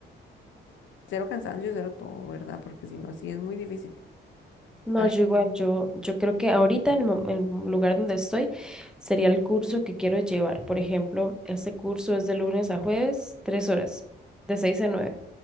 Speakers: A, on the left (about 70°); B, in the centre.
A: Cero cansancio, cero todo, ¿verdad? Porque si no, sí es muy difícil.
B: No,
A: Ay,
B: yo igual, yo, yo creo que ahorita en el, mo- el lugar donde estoy sería el curso que quiero llevar. Por ejemplo, este curso es de lunes a jueves, tres horas, de seis a nueve.